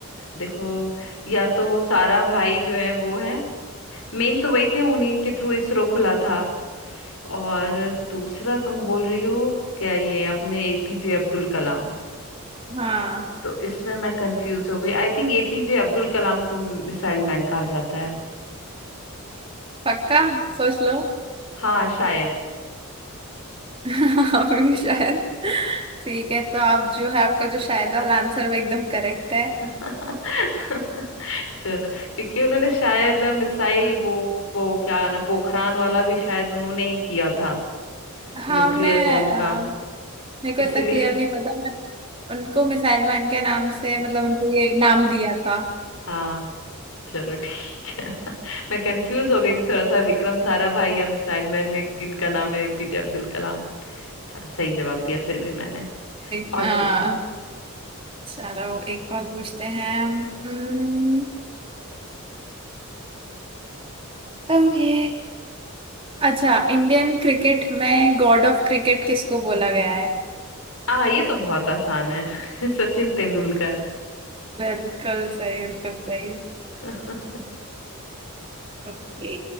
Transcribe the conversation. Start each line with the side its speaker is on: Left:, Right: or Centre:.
Left: देखो या तो वो सारा भाई जो है वो है मेन तो वही थे उन्हीं के थ्रू इसरो खुला था और दूसरा तुम बोल रही हो क्या ये अपने एपीजे अब्दुल कलाम
Right: हाँ
Left: तो इसमें मैं कंफ्यूज हो गई आई थिंक एपीजे अब्दुल कलाम को मिसाइल मैन कहा जाता है
Right: पक्का सोच लो
Left: हाँ शायद
Right: <laughs> अभी भी शायद ठीक है तो आप जो है आपका जो शायद वाला आंसर वो एकदम करेक्ट है
Left: <laughs> चलो क्योंकि उन्होंने शायद मिसाइल वो वो क्या ना पोखरान वाला भी शायद उन्होंने ही किया था
Right: हाँ
Left: न्यूक्लियर
Right: हमने
Left: बॉम्ब
Right: अ,
Left: का
Right: मेरे को इतना
Left: इसीलिए
Right: क्लियर नहीं पता बट उनको मिसाइल मैन के नाम से मतलब उनको ये नाम दिया था
Left: शायद चलो ठीक है <laughs> मैं कंफ्यूज हो गई थी थोड़ा सा विक्रम साराभाई या मिसाइल मैन में किनका नाम है एपीजे अब्दुल कलाम चलो सही जवाब दिया फिर भी मैंने
Right: एक-
Left: और
Right: हाँ
Left: पूछा
Right: चलो एक और पूछते हैं हम्म, ओके अच्छा इंडियन क्रिकेट में गॉड ऑफ क्रिकेट किसको बोला गया है
Left: आ ये तो बहुत आसान है <laughs> सचिन तेंदुलकर
Right: बिल्कुल सही बिल्कुल सही
Left: <laughs>
Right: ओके